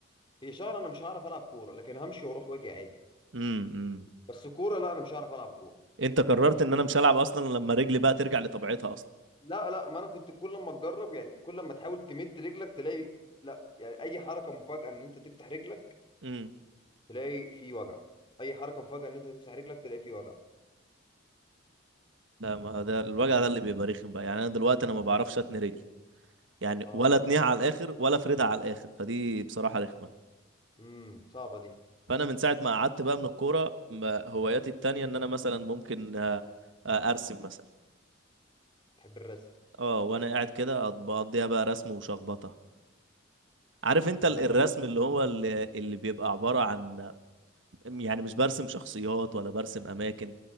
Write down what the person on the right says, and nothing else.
امم امم
انت قررت ان انا مش هلعب اصلا لما رجلي بقى ترجع لطبيعتها اصلا
امم
لا ما ده الوجع ده اللي بيبقى رخم بقى يعني انا دلوقتي انا ما بعرفش اتني رجلي يعني
ولا اتنيها على الاخر ولا فريدة على الاخر فدي بصراحة رخمة
فانا من ساعة ما قعدت بقى من الكورة ما- هواياتي التانية ان انا مثلا ممكن آه، آه، ارسم مثلا
اه وانا قاعد كده أط- بقضيها بقى رسم وشخبطة عارف انت ال-
الرسم اللي هو اللي, اللي بيبقى عبارة عن يعني مش برسم شخصيات ولا برسم اماكن